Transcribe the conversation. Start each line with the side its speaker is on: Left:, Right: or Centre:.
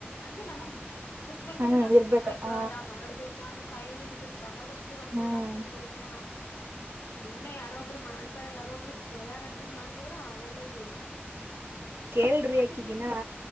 Left: ಅಂದ್ರ ನಮಗ್ ಆ ಅನ್ನಸ್ಬೇಕದ
Right: ಹ್ಮ್
Left: ನಾ
Right: ಇರ್ಬೇಕ
Left: ಕಲಿಬೇಕ
Right: ಹ
Left: ನಾ ಮಾಡ್ಬೇಕ ಅನ್ನು ಫೈಯರ್ ಇರ್ಬೇ ಅವಾಗ ಅಷ್ಟೇ ವರ್ಕೌಟ್
Right: ಹ್ಮ್
Left: ಆಗ್ತಾವ ಇವ ಎಲ್ಲಾ ಸುಮ್ಮನೆ ಯಾರೊಬ್ರು ಮಾಡ್ತಾರ ಯಾರೊಬ್ರು ಹೇಳ್ಯಾರ ಅಂತನ ಮಾಡ್ಸಿದ್ರರು ಆಗಲ್ಲ ಅವು.
Right: ಕೇಳ್ರಿ
Left: ಅಕಿಗ
Right: ಅಕಿಗಿನ
Left: ನಿನ್